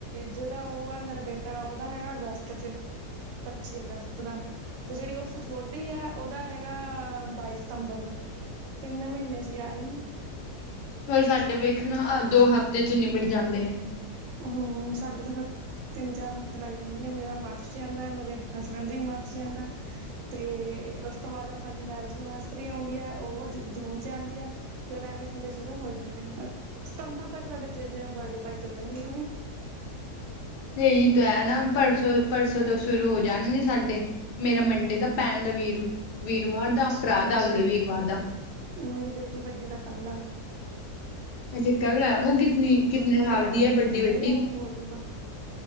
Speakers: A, on the right; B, on the left.
A: ਜਿਹੜਾ ਉਹ ਹੈ ਮੇਰਾ ਬੇਟਾ ਉਹਦਾ ਹੈਗਾ ਅਗਸਤ ਚ ਪੱਚੀ ਅਗਸਤ ਦਾ ਤੇ ਜਿਹੜੀ ਉਸ ਤੋਂ ਛੋਟੀ ਹੈ ਉਹਦਾ ਹੈਗਾ ਬਾਈ ਸਤੰਬਰ ਦਾ ਤਿੰਨ ਮਹੀਨੇ ਚ ਆ ਰਹੇ ਨੇ।
B: ਪਰ ਸਾਡੇ ਵੇਖ ਨਾ ਦੋ ਹਫ਼ਤੇ ਚ ਨਿਮਟ ਜਾਂਦੇ ਨੇ।
A: ਹੁੰ, ਸਾਡੇ ਤਾਂ ਫੇਰ ਤਿੰਨ ਚਾਰ ਹਫ਼ਤੇ ਲੱਗ ਜਾਂਦੇ ਨੇ, ਮੇਰਾ ਮਾਰਚ ਚ ਆਂਦਾ ਮੇਰੇ ਹਸਬੈਂਡ ਦੇ ਮਾਰਚ ਚ ਆਂਦਾ। ਤੇ ਉਸ ਤੋਂ ਬਾਅਦ ਸਾਡੀ ਮੈਰਿਜ ਐਨਵਰਸਰੀ ਆਉਂਦੀ ਐ ਉਹ ਜੂਨ ਚ ਆਂਦੀ ਐ। ਫੇਿਰ ਐਵੇਂ ਸਾਡੇ ਸ਼ੁਰੂ ਹੋ ਜਾਂਦੇ ਨੇ ਸਤੰਬਾਂ ਤੱਕ ਸਾਡੇ ਜਿਵੇਂ ਬਰਡੇ ਤੱਕ ਚੱਲਣਗੇ
B: ਇਹੀ ਤਾਂ ਹੈ ਨਾ ਪਰਸੋਂ ਪਰਸੋਂ ਤੋਂ ਸ਼ੁਰੂ ਹੋ ਜਾਣੇ ਨੇ ਸਾਡੇ ਮੇਰਾ ਮੰਡੇ ਦਾ ਭੈਣ ਦਾ ਵੀਰ-ਵੀਰਵਾਰ
A: ਅੱਛਾ
B: ਦਾ ਭਰਾ ਦਾ
A: ਮੇਰੀ
B: ਅਗਲੇ ਵੀਰਵਾਰ ਦਾ।
A: ਮੇਰੀ ਬੇਟੀ ਵੱਡੀ ਦਾ ਕੱਲ ਆ।
B: ਅਜੇ ਕੱਲ ਐ, ਵੋ ਕਿਤਨੀ ਕਿਤਨੇ
A: ਕੱਲ
B: ਸਾਲ
A: ਆ ਉਹਦਾ
B: ਦੀ ਐ ਵੱਡੀ ਬੇਟੀ?
A: ਹੋਜੂਗਾ।